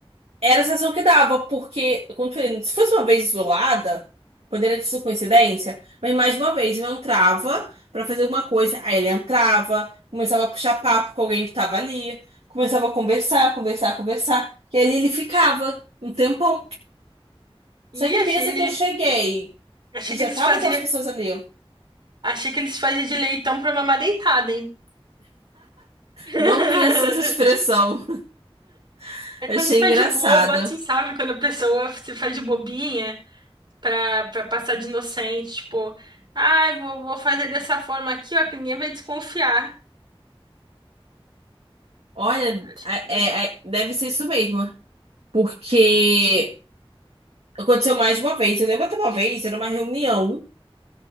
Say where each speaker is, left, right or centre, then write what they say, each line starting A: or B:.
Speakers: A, on the right; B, on the right.
A: Era a sensação que dava, porque, como eu falei, se fosse uma vez isolada, poderia ter sido coincidência, mas mais uma vez eu entrava pra fazer alguma coisa, aí ele entrava, começava a puxar papo com alguém que tava ali, começava a conversar, conversar, conversar, e ali ele ficava um tempão. Só
B: E
A: que pensa
B: achei ele.
A: que eu cheguei
B: Achei
A: e já
B: que eles
A: tava
B: fazia.
A: aquelas pessoas ali.
B: Achei que eles fazia de leitão pra mamar deitada, hein? <laughs>
A: Não conheço essa expressão, <laughs>
B: É
A: achei
B: quando se faz
A: engraçada.
B: de bobo, assim, sabe? Quando a pessoa se faz de bobinha pra, pra passar de inocente, tipo, ai, vou, vou fazer dessa forma aqui, ó, que ninguém vai desconfiar.
A: Olha,
B: Acho
A: é,
B: que-
A: é- é, deve ser isso mesmo. Porque aconteceu mais de uma vez. Eu lembro até uma vez, era uma reunião.